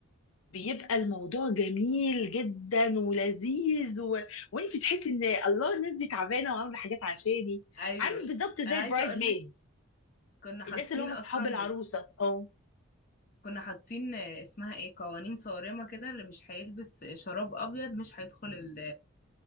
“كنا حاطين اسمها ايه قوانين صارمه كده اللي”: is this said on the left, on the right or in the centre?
Left